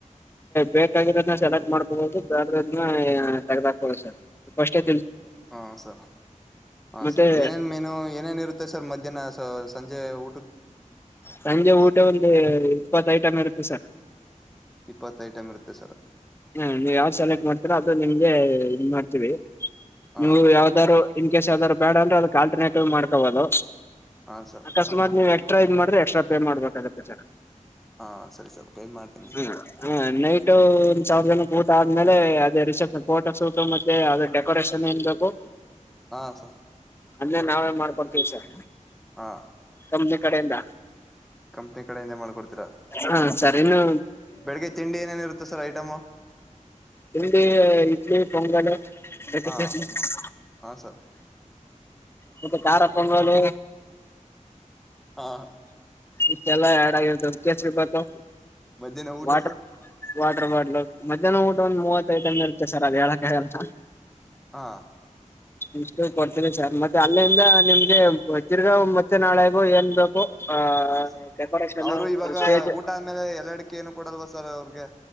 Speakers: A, on the left; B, in the centre.
A: ಬೇಕಾಗಿರೋದನ್ನ ಸೆಲೆಕ್ಟ್ ಮಾಡ್ಕೋಬೋದು ಬ್ಯಾಡದೇ ಇರೋದ್ನ ತಗೆದಾಕ್ಬೋದು ಸರ್ ಫರ್ಸ್ಟೇ
B: ಹಾ ಸರ್ ಹಾ
A: ಮತ್ತೆ
B: ಸರ್ ಏನೇನ್ ಮೇನು ಏನೇನ್ ಇರುತ್ತೆ ಸರ್ ಮಧ್ಯಾಹ್ನ ಸೊ ಸ್ ಸಂಜೆ ಊ
A: ಸಂಜೆ ಊಟ ಒಂದೇ ಇಪ್ಪತ್ ಐಟಮ್ ಇರುತ್ತೆ ಸರ್.
B: ಇಪ್ಪತ್ ಐಟಮ್ ಇರುತ್ತೆ ಸರ್
A: ಹಾ ನೀವ ಯಾವ್ ಸೆಲೆಕ್ಟ್ ಮಾಡ್ತೀರಾ ಅದು ನಿಮ್ಗೆ ಇದ್ ಮಾಡ್ತೀವಿ.
B: ಹಾಂ
A: ನೀವು ಯಾವ್ದಾರೂ ಇನ್ಕೇಸ್ ಯಾವ್ದಾರ ಬ್ಯಾಡ ಅಂದ್ರು ಅದುಕ್ ಆಲ್ಟರ್ನೇಟಿವ್ ಮಾಡ್ಕೋಬೋದು.
B: ಹಾಂ ಸರ್
A: ಅಕಸ್ಮಾತ್ ನೀವೆ ಕ್ಟ್ರಾ ಇದ್ ಮಾಡಿದ್ರೆ ಎಕ್ಸ್ಟ್ರಾ ಪೇ ಮಾಡ್ಬೇಕಾಗುತ್ತೆ ಸರ್.
B: ಹಾಂ ಸರಿ ಸರ್ ಪೇ ಮಾಡ್ತೀನಿ
A: ಹ ಹಾ ನೈಟು ಒನ್ ಸಾವಿರ ಜನಕ್ ಊಟ ಆದ್ಮೇಲೆ ಅದೇ ರಿಸೆಪ್ಷನ್ ಫೋ ಫೋಟೋ ಶೂಟು ಮತ್ತೆ ಅದು ಡೆಕೋರೇಶ್ ಟಂ ಏನ್ ಬೇಕು?
B: ಹಾ ಸರ್.
A: ಅಲ್ಲೇ ನಾವೇ ಮಾಡ್ಕೊಂತೀವಿ ಸರ್.
B: ಹಾ.
A: ಕಂಪನಿ ಕಡೆಯಿಂದ.
B: ಕಂಪನಿ ಕಡೆಯಿಂದಾನೆ ಮಾಡ್ಕೊಡ್ತೀರಾ
A: ಹ ಸರ್ ಇನ್ನು
B: ಬೆಳಿಗ್ಗೆ ತಿಂಡಿ ಏನೇನ ಇರುತ್ತೆ ಸರ್ ಐಟಮು.
A: ತಿಂಡಿ ಇಡ್ಲಿ ಪೊಂಗಲು. ಮತ್ತೆ
B: ಹಾ ಹಾ ಸರ್.
A: ಮತ್ತೆ ಕಾರ ಪೊಂಗಲು.
B: ಹಾ.
A: ಇದ್ ಕೆಲ್ಲ ಆಡ್ ಆಗಿರುತ್ತೆ ಅದ್ ಕೇಸರಿ ಬಾತು
B: ಮಧ್ಯಾಹ್ನ ಊಟ
A: ವಾಟರ್
B: ಸರ್?
A: ವಾಟರ್ ಬಾಟ್ಲ್ ಮಧ್ಯಾನ ಊಟ ಒಂದ್ ಮೂವತ್ತು ಐಟಮ್ ಇರುತ್ತೆ ಸರ್ ಅದ್ ಹೇಳಕಾಗಲ್ಲ.
B: ಹಾ
A: ಇಷ್ಟು ಕೊಡ್ತೀನಿ ಸರ್ ಮತ್ತೆ ಅಲ್ಲಿಂದ ನಿಮ್ಗೆ ವಜ್ರಿಗ ಮತ್ತೆ ನಾಳೆಗು ಎನ್ ಬೇ ಕು ಆ
B: ಹಾಂ ಸರ್
A: ಡೆಕೋರೇಷನ್
B: ಅವರು ಇವಾಗ
A: ಸ್ಟೇಜ್
B: ಊಟ ಆದಮೇಲೆ ಎಲ್ಲ ಅಡಿಕೆ ಏನು ಕೊಡಲ್ವಾ ಸರ್ ಅವ್ರಿಗೆ